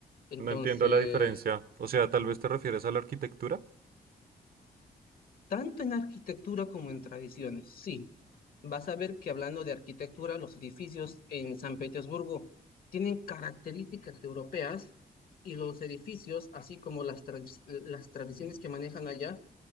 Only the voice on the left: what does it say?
Entonces,
tanto en arquitectura como en tradiciones, sí. Vas a ver que hablando de arquitectura, los edificios en San Petersburgo tienen características europeas y los edificios, así como las, trad- las tradiciones que manejan allá,